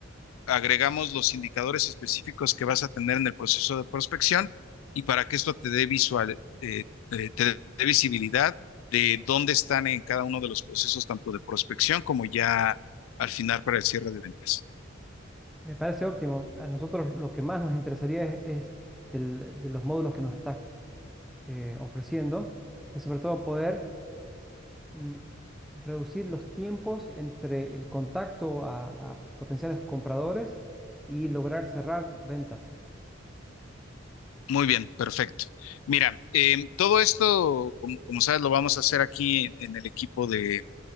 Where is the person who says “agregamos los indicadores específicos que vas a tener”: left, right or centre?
Left